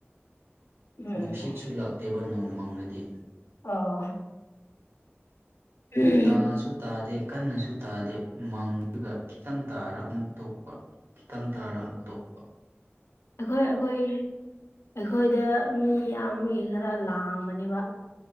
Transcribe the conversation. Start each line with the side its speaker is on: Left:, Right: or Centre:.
Left: ꯎꯝ
Right: ꯅꯨꯡꯁꯤꯠꯁꯨ ꯂꯥꯛꯇꯦꯕ ꯅꯣꯡ ꯃꯪꯂꯗꯤ
Left: ꯑꯣ ꯎꯝ
Right: ꯇꯥꯁꯨ ꯇꯥꯗꯦ ꯀꯟꯅꯁꯨ ꯇꯥꯗꯦ ꯃꯪꯒ ꯈꯤꯇꯪ ꯇꯥꯔ ꯑꯃꯨꯛ ꯇꯣꯛꯄ ꯈꯤꯇꯪ ꯇꯥꯔ ꯑꯃꯨꯛ ꯇꯣꯛꯄ
Left: ꯑꯩꯈꯣꯏ ꯑꯩꯈꯣꯏ ꯑꯩꯈꯣꯏꯗ ꯃꯤ ꯌꯥꯝ ꯃꯤ ꯈꯔ ꯂꯥꯡꯕꯅꯦꯕ